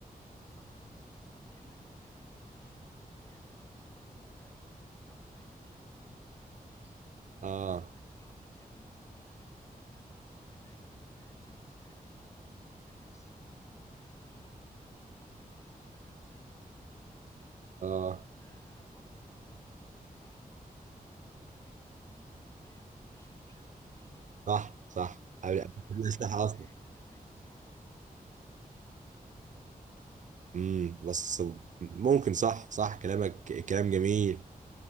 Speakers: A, on the left; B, on the right.
A: حسب برضو كأنك بتتكلم في التاريخ مثلا يعني أنت لو دلوقتي فأكيد في حل زي ده مش هيستخدموا فيه سكاكين وسيوف
B: اه
A: لكن لو بتتكلم مثلا في التمانينات أو السبعينات ما كانتش الأسلحة دي بنفس القوة بتاعت دلوقتي فكان ممكن الأشهر ساعتها السيوف والحروب بتاعت السيوف
B: اه
A: آه برضو كان فترة من الفترات التدريب على الفنون القتالية منتشر بشكل كبير
B: صح صح قبل
A: آم،
B: قبل الأسلحة أصلا
A: حتة الميكس صعب بالظبط
B: امم بس ممكن صح صح كلامك كلام جميل